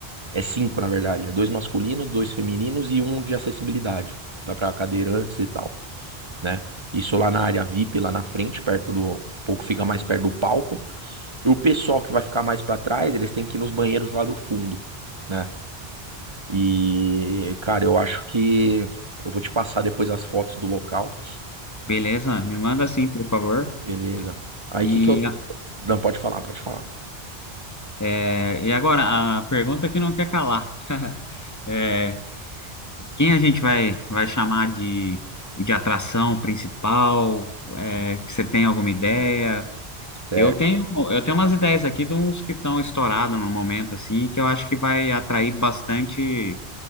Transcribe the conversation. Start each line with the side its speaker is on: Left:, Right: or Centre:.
Right: É cinco, na verdade. É dois masculinos, dois femininos e um de acessibilidade. Tá para cadeirantes e tal, né? Isso lá na área VIP, lá na frente, perto do. Um pouco fica mais perto do palco. E o pessoal que vai ficar mais para trás, eles têm que ir nos banheiros lá do fundo, né? E, cara, eu acho que eu vou te passar depois as fotos do local.
Left: Beleza, me manda assim, por favor.
Right: Beleza. Aí
Left: E,
Right: que que eu.
Left: a-
Right: Não, pode falar, pode falar.
Left: é, e agora, a pergunta que não quer calar. É, quem a gente vai, vai chamar de, de atração principal? É, que você tem alguma ideia?
Right: Certo.
Left: Eu tenho, eu tenho umas ideias aqui de uns que estão estourados no momento, assim, que eu acho que vai atrair bastante